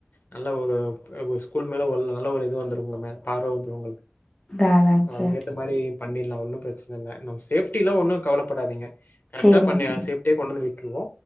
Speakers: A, on the left; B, on the left.
A: நல்ல ஒரு ஸ்கூல் மேல நல்ல ஒரு இது வந்துரு அந்த மார் பார்வ வந்துரு உங்களுக்கு
B: அதாங்க சார்.
A: அதுக்கேத்த மாரி பண்ணிடலா ஒன்னு பிரச் பிரச்சன இல்ல நம்ம சேஃப்டில்லாம் ஒன்னு கவலப்படாதீங்க கரெக்டா
B: சேரிங்க
A: பண்ண
B: சார்.
A: சேப்டியே கொண்டு வந்து விட்டுருவோ